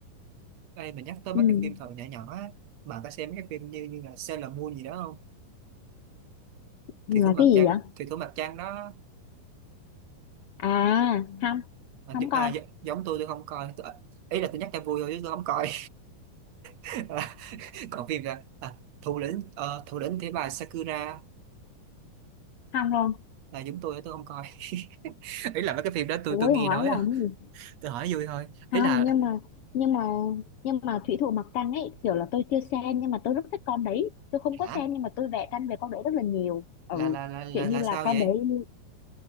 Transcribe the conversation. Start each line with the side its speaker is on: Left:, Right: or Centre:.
Right: Ê, mình nhắc tới mấy
Left: ừ
Right: cái phim thời nhỏ nhỏ á bạn có xem mấy cái phim như như là Sailor Moon gì đó không
Left: là
Right: Thủy thủ mặt
Left: cái gì
Right: trăng
Left: vậy
Right: Thủy thủ mặt trăng đó
Left: à không
Right: à,
Left: không
Right: gi-
Left: coi
Right: à, gi- giống tôi tôi không coi tôi, ý là tôi nhắc cho vui thôi chứ tôi không coi <laughs> còn phim ra à, thủ lĩnh ờ, thủ lĩnh thế bà Sakura
Left: không luôn
Right: là giống tôi tôi không coi <laughs> ý là mấy cái phim đó tôi
Left: ủa
Right: tôi nghe
Left: hỏi
Right: nói
Left: là
Right: thôi,
Left: cái gì
Right: tôi hỏi vui thôi ý
Left: không
Right: là
Left: nhưng mà nhưng mà nhưng mà thủy thủ mặt trăng ấy kiểu là tôi chưa xem nhưng mà tôi rất thích con đấy tôi không có
Right: hả
Left: xem nhưng mà tôi vẽ tranh về con đấy rất là nhiều ừ
Right: là là là là,
Left: kiểu như
Right: là
Left: là
Right: sao vậy
Left: con đấy